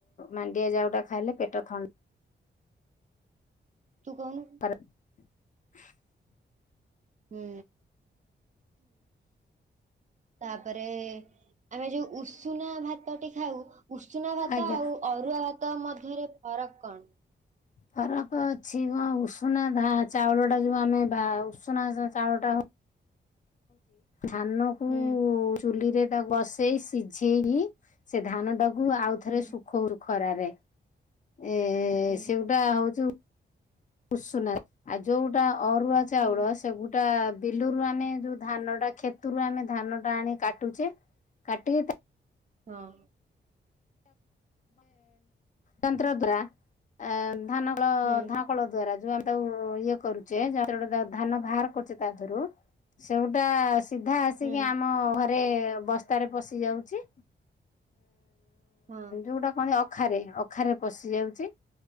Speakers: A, on the left (about 40°); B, on the right (about 40°).
A: ମାଣ୍ଡିଆ ଯାଉଟା ଖାଇଲେ ପେଟ ଥଣ୍ଡା
B: ତୁ କହୁନୁ?
A: <unintelligible>
B: ହୁଁ ତାପରେ ଆମେ ଯୋଉ ଉଷୁନା ଭାତ ଟିକେ ଖାଉ ଉଷୁନା ଭାତ
A: ଆଜ୍ଞା
B: ଆଉ ଅରୁଆ ଭାତ ମଧ୍ୟରେ ଫରକ କଣ?
A: ଫରକ ଅଛି କଣ ଉଷୁନା ଧା ଚାଉଳ ଟା ଯୋଉ ଆମେ ବା ଉଷୁନା ଚାଉଳଟା ହଉ ଧାନକୁ
B: ହୁଁ
A: ଚୁଲିରେ ତାକୁ ବାସ ସେଇ ସିଝେଇକି ସେ ଧାନ ଟାକୁ ଆଉ ଥରେ
B: ହୁଁ
A: ଶୁଖଉ ଖରାରେ ଏ
B: ହୁଁ
A: ସେଗୋଟା ହଉଚି ଉଷୁନା ଆଉ ଯୋଉଟା ଅରୁଆ ଚାଉଳ
B: ହୁଁ
A: ସେଗୁଟା ଟା ବିଲୁରୁ ଆମେ ଯୋଉ ଧାନ ଟା କ୍ଷେତରୁ ଆମେ ଧାନ ଟା ଆଣି କାଟୁଛେ କାଟି
B: ହଁ
A: ଯନ୍ତ୍ର ଦ୍ୱାରା ଧାନ କଳ
B: ହୁଁ
A: ଧାଁ କଳ ଦ୍ଵାରା ଯୋଉ ଆମ ତା ଇଏ କରୁଛେତେଟ ଧାନ ବାହାର କରୁଛେ ତା ଦେହରୁ ସେଗୁଟା ସିଧା ଆସିକି
B: ହୁଁ
A: ଆମ ଘରେ ବସ୍ତାରେ ପଶି ଯାଉଛି
B: ହଁ
A: ଯୋଉଟା କହନ୍ତି ଅଖାରେ ଅଖାରେ ପଶି ଯାଉଛି